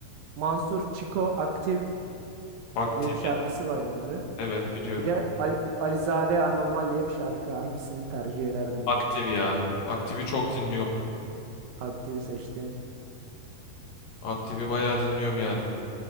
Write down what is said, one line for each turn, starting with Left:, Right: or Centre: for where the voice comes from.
Right: Mansur Çiko Aktif
Left: Aktif.
Right: diye bir şarkısı var bunların.
Left: Evet biliyorum.
Right: Bir de Ali, Alizade Anormal diye bir şarkı. Hangisini tercih ederdin
Left: Aktif
Right: buradan?
Left: ya. Aktifi çok dinliyorum.
Right: Aktif'i seçtin.
Left: Aktifi bayağı dinliyorum yani.